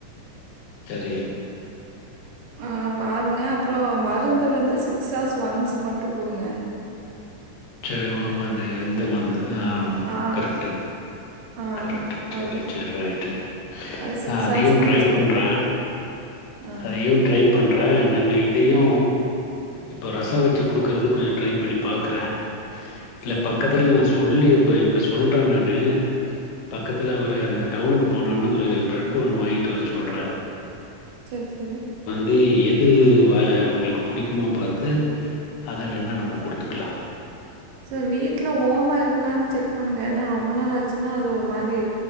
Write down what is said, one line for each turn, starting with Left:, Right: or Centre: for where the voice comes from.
Left: சரி
Right: ஆப் பாருங்க அப்றொ மரு மருந்து வந்து சிக்ஸ் ஆர்ஸ் ஒன்ஸ் மட்டு குடுங்க
Left: சரி வோ அந்த இந்த மருந்து ஆ
Right: ஆ,
Left: கரெக்ட்டு
Right: ஆ.
Left: கரெக்ட் சேரி
Right: அது
Left: சேரி ரைட்டு
Right: அது
Left: நா அதையும்
Right: ஹார்ஸ் ஒன்ஸ்
Left: ட்ரை பண்றே
Right: குடுங்க. ஆ
Left: அதையும் ட்ரை ப பண்ணுறே நம்ம இதையு இப்போ ரசம் வச்சு கொடுக்கறது கொஞ்ச ட்ரை பண்ணி பார்க்கற இல்ல
Right: சரி,
Left: பக்கத்தில நா சொல்லி இப்ப இப்ப சொல்ற நானு பக்கத்து ஒரு அந்த டவுனுக்கு போனான்னா ஒரு ப்ரெட் ஒன்னு வாங்கிட்டு வரச்சொல்ற
Right: சரி சரி
Left: து எது வ அவங்களுக்கு புடிக்குமா பாத்து அத வேணா நம்ம கொடுத்துக்கலா
Right: சார் வீட்டுல ஓமா இருக்கான்னு செக் பண்ணுங்க ஏன்னா ரொ ரொம்ப நாளாச்சுன்னா அது ஒரு மாதிரி